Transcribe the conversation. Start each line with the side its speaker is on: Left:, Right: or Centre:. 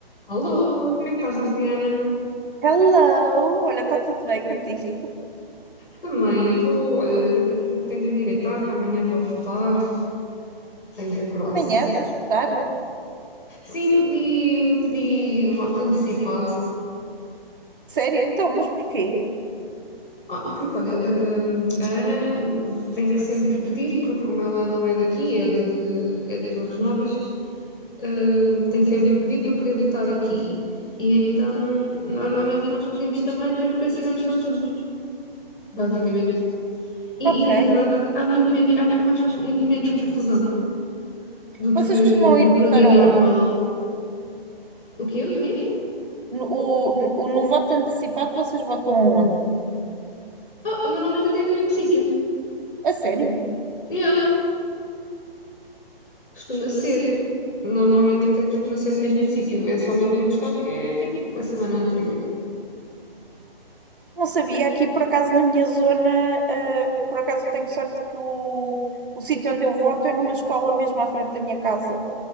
Left: Alô, como é que estás, Liliana?
Centre: Hello! Olha, está tudo bem contigo?
Left: Também, estou. Olha, daqui a pouco tenho que me deitar, que amanhã vou votar. Tenho que acordar
Centre: Amanhã
Left: cedo.
Centre: vais votar?
Left: Sim, pedi, pedi voto antecipado.
Centre: Sério? Então, mas porquê?
Left: Ah, porque, olha, hum, a Ana tem que sempre pedir, porque como ela não é daqui, é de, é de Torres Novas, hum, tem sempre que pedir para poder votar aqui. E então, normalmente nós pedimos também, para que assim vamos todos juntos. Basicamente, E,
Centre: Ok.
Left: e, na verdade há muito menos, há muito mais, con- muito menos confusão do
Centre: Vocês
Left: que,
Centre: costumam ir
Left: do que
Centre: votar
Left: no dia
Centre: aonde?
Left: normal. O quê? O quê?
Centre: No, o, o- no voto antecipado, vocês votam aonde?
Left: Ah, normalmente até é no mesmo sítio.
Centre: A sério?
Left: Yeah, costuma ser. Normalmente até costuma ser no mesmo sítio. É só mesmo uma questão que é tipo a semana anterior.
Centre: Não sabia. Aqui, por acaso, na minha zona, ah, por acaso eu tenho sorte que o, o sítio onde eu voto é numa escola mesmo à frente da minha casa.